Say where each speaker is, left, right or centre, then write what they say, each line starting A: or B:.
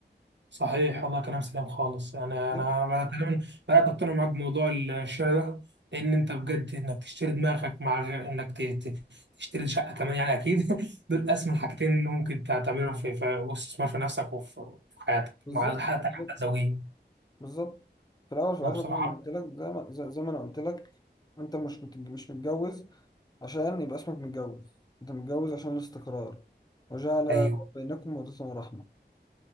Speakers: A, on the right; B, on the left.
A: صحيح والله كلام سليم خالص انا
B: بالظبط
A: انا أنا تقريبا بدات اقتنع معاك بموضوع الشراء ده لان انت بجد انك تشتري دماغك مع غير انك ت- ت- تشتري شقه كمان يعني اكيد <laughs> دول اسمى الحاجتين اللي ممكن تع- تعملهم في في واستثمار في نفسك وفي في حياتك
B: بالظبط
A: مع حتى
B: بالظبط
A: حتى الزوجيه
B: بالظبط في الاول في الاخر
A: انا بصراحه
B: زي ما قلت لك زي ما زي زي ما انا قلت لك انت مش مت- مش متجوز عشان يبقى اسمك متجوز انت متجوز عشان الاستقرار وجعل
A: ايوه
B: بينكم مودة ورحمة